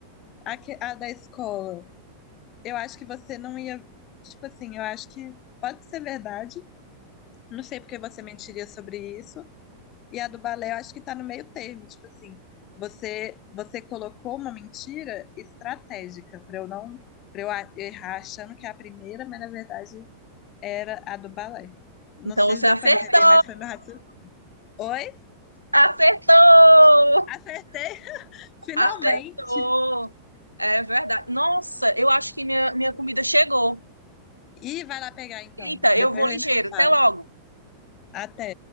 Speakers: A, on the left; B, on the right.
A: A, que- a da escola, eu acho que você não ia, tipo assim, eu acho que pode ser verdade. Não sei porque você mentiria sobre isso, e a do balé, eu acho que tá no meio termo, tipo assim, você você colocou uma mentira estratégica para eu não para eu a- errar achando que é a primeira, mas na verdade era a do balé. Não
B: Então
A: sei
B: você
A: se deu
B: acertou!
A: para entender, mas foi meu raciocínio. Oi?
B: Acertou!
A: Acertei, <laughs>
B: <laughs> Acertou!
A: finalmente.
B: É verdade. Nossa, eu acho que minha, minha comida chegou.
A: E vai lá pegar então.
B: Eita,
A: Depois
B: eu vou
A: a
B: ligeiro.
A: gente se fala.
B: Até logo.
A: Até.